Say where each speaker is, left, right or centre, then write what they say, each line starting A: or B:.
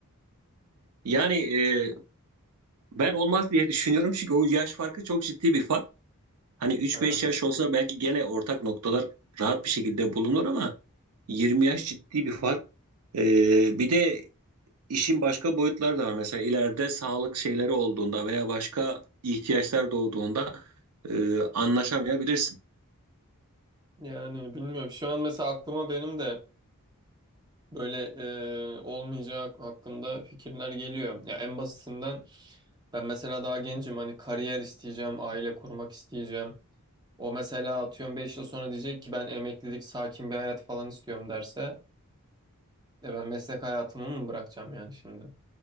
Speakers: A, on the right; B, on the right.
A: Yani e, ben olmaz diye düşünüyorum çünkü o yaş farkı çok ciddi bir fark. Hani üç
B: Ha,
A: beş yaş olsa belki gene ortak noktalar rahat bir şekilde bulunur ama 20 yaş ciddi bir fark. E, bir de işin başka boyutları da var. Mesela ileride sağlık şeyleri olduğunda veya başka ihtiyaçlar doğduğunda e, anlaşamayabilirsin.
B: Yani bilmiyorum şu an mesela aklıma benim de böyle e, olmayacağı hakkında fikirler geliyor. Ya en basitinden ben mesela daha gencim hani kariyer isteyeceğim, aile kurmak isteyeceğim. O mesela atıyorum 5 yıl sonra diyecek ki ben emeklilik, sakin bir hayat falan istiyorum derse e ben meslek hayatımı mı bırakacağım yani şimdi?